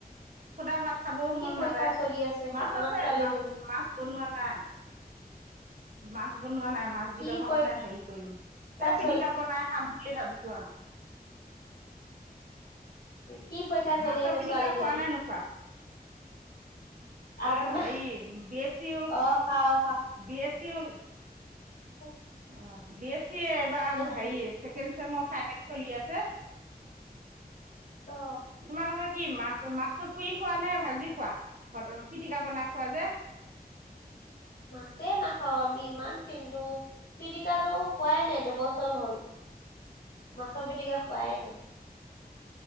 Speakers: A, on the right (about 55°); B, on the left (about 80°).
A: সুদা ভাত। খাবও
B: কি
A: মন
B: পৰীক্ষা
A: নাযায়
B: চলি আছে
A: মাছ
B: আপোনাৰ
A: আছে,
B: ছোৱালীজনী
A: মাছ-মাছ বনোৱা নাই। মাছ ব বনোৱা নাই মাছগেইডোখৰ
B: কি পৰীক্ষা
A: মানে হেৰি কৰিম এই পিটিকা
B: চলি
A: বনাই খাম। ভাবিছোৱা আৰু।
B: কি পৰীক্ষা চলি
A: মাছৰ
B: আছে
A: পিটিকা
B: ছোৱালীজনী
A: খোৱা নে নোখোৱা?
B: আপোনাৰ
A: এ হেৰী বি এছ ইও,
B: অ খাও
A: বি এছ ইও
B: উম
A: অ বি এছ এবাৰ হেৰী
B: চি
A: চেকেনছেমৰ ফাইনেল। চলি আছে
B: অ
A: তোমালগত? কি মাছ মাছটো পুৰি খোৱা নে ভাজি খোৱা পিটিকা বনাই খোৱা যে?
B: মাছে নাখাও আমি ইমান কিন্তু পিটিকাটো খোৱাই নাই দুবছৰ হ'ল মাছ মাছ পিটিকা খুৱাইনাই